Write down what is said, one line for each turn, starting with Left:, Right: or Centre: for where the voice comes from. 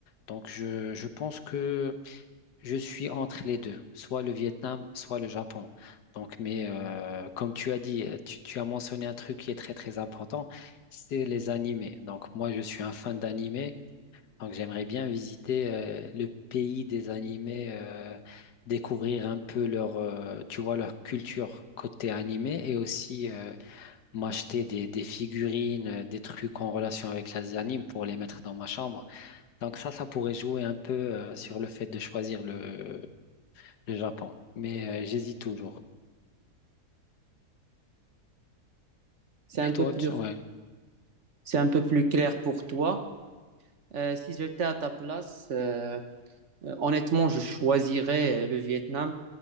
Left: Donc, je, je pense que je suis entre les deux, soit le Vietnam, soit le Japon. Donc, mais euh, comme tu as dit, euh, tu, tu as mentionné un truc qui est très très important, c'est les animés. Donc moi, je suis un fan d'animés, donc j'aimerais bien visiter euh, le pays des animés, euh, découvrir un peu leur, euh, tu vois, leur culture côté animé et aussi euh, m'acheter des, des figurines, euh, des trucs en relation avec les animes pour les mettre dans ma chambre. Donc ça, ça pourrait jouer un peu euh, sur le fait de choisir le, le Japon. Mais euh, j'hésite toujours.
Right: C'est
Left: Et
Right: un
Left: toi,
Right: peu plus,
Left: tu... ouais,
Right: c'est un peu plus clair pour toi. Euh, si j'étais à ta place, euh, euh, honnêtement, je choisirais euh, le Vietnam.